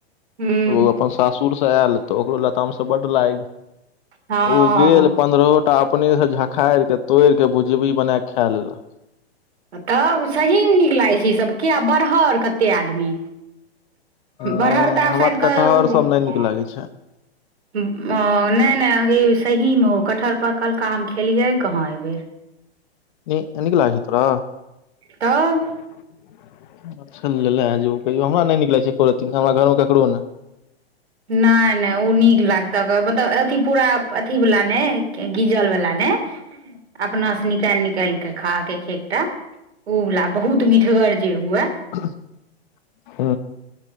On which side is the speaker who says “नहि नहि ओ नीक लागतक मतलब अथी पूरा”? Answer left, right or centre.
Right